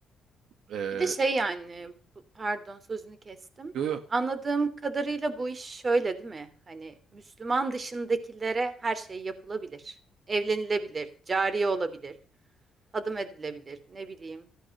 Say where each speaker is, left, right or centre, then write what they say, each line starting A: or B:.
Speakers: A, on the right; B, on the right.
A: Ee,
B: Bir de şey yani bu- pardon sözünü kestim.
A: yo yo.
B: Anladığım kadarıyla bu iş şöyle değil mi? Hani Müslüman dışındakilere her şey yapılabilir. Evlenilebilir, cariye olabilir, adım edilebilir, ne bileyim,